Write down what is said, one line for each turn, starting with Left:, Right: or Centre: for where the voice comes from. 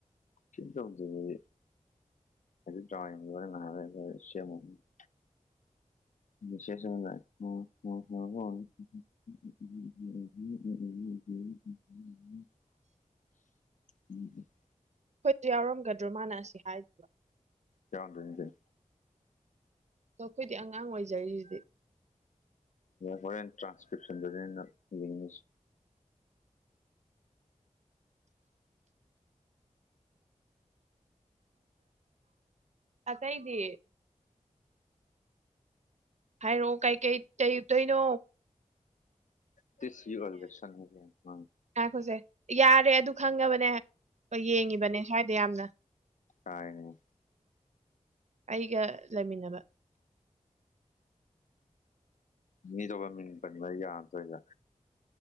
Left: <unintelligible> <unintelligible> <unintelligible> <unintelligible> ꯁꯦꯁꯦꯁ ꯑꯃ ꯂꯥꯛꯑꯦ <unintelligible> <unintelligible> <unintelligible> ꯎ <unintelligible> <unintelligible> <unintelligible>
Right: <inaudible> <inaudible>
Left: ꯎꯝ <inaudible>
Right: ꯑꯩꯈꯣꯏꯁꯨ ꯌꯥꯎꯔꯝꯒꯗ꯭ꯔꯣ ꯃꯥꯅ ꯑꯁꯤ ꯍꯥꯏꯔꯤꯕ
Left: ꯌꯥꯎꯔꯝꯗꯨꯢꯅꯤ ꯀꯩꯅꯣ
Right: ꯑꯣ ꯑꯩꯈꯣꯏꯗꯤ ꯑꯉꯥꯡ ꯑꯣꯏꯖꯔꯤꯁꯤꯗꯤ
Left: ꯍꯣꯔꯦꯟ ꯇ꯭ꯔꯥꯟꯁꯀ꯭ꯔꯤꯞꯁꯟꯗꯅꯦ <unintelligible>
Right: ꯑꯇꯩꯗꯤ ꯍꯥꯏꯔꯛꯑꯣ ꯀꯩ ꯀꯩ ꯆꯩꯩꯇꯣꯏꯅꯣ
Left: ꯇꯁ ꯌꯨꯒꯜꯗꯁ <unintelligible> <unintelligible> <unintelligible>
Right: <unintelligible> ꯌꯥꯔꯦ ꯑꯗꯨ ꯈꯪꯉꯕꯅꯦ ꯑꯩ ꯍꯣꯢ ꯌꯦꯡꯢꯕꯅꯦ ꯁꯨꯋꯥꯢꯗ ꯌꯥꯝ
Left: ꯇꯥꯢꯌꯦꯅꯦ
Right: ꯑꯩꯒ ꯂꯩꯃꯤꯟꯅꯕ
Left: ꯃꯤꯗꯣ ꯃꯤꯡ ꯄꯟꯕ ꯌꯥꯗꯣꯏꯔ